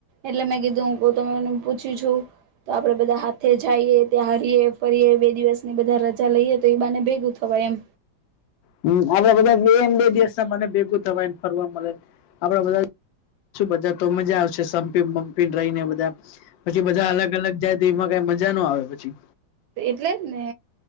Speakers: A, on the right (about 70°); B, on the left (about 80°).
A: એટલે મેં કીધું હ તને પૂછ્યું છું તો આપડે બધા હાથે જઈએ ત્યાં હરીય ફરીએ બે દિવસની બધા રજા લઈએ તો એ બાને ભેગું થવાય એમ
B: હમ આપડે બધા બેમ બે દિવસ મને ભેગું થવાય ફરવા મળેને આપડા બધા છુ બધા તો મજા આવશે સમપીપી રહીને બધા પછી બધા અલગ અલગ જાયમાં ક મજા ન આવે પછી
A: એટલે જ ને